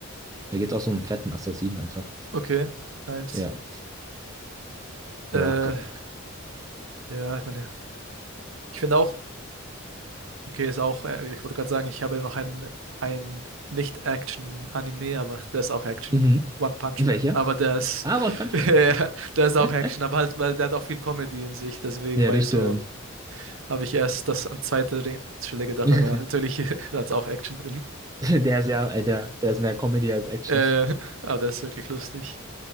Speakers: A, on the right (about 15°); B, on the right (about 70°).
A: Da geht es auch so um fetten Assassinen einfach.
B: Okay, nice.
A: Ja,
B: Äh,
A: ja. <laughs>
B: ja, ich meine, ich finde auch Okay, ist auch, äh, ich wollte gerade sagen, ich habe ja noch ein, ein Nicht-Action-Anime, aber der ist auch Action.
A: Mhm.
B: One Punch
A: Welcher?
B: Man. Aber der ist,
A: Ah, One Punch
B: <laughs>
A: Man
B: ja,
A: ist geil.
B: der ist
A: <laughs>
B: auch Action, aber halt, weil der hat auch viel Comedy in sich. Deswegen
A: Ja,
B: war
A: das
B: ich
A: stimmt.
B: so, habe ich erst das an zweite Re- Stelle gedacht,
A: <laughs>
B: aber natürlich <laughs> hat es auch Action drin.
A: Der ist ja, äh, der, der ist mehr Comedy als Action.
B: Äh, aber der ist wirklich lustig.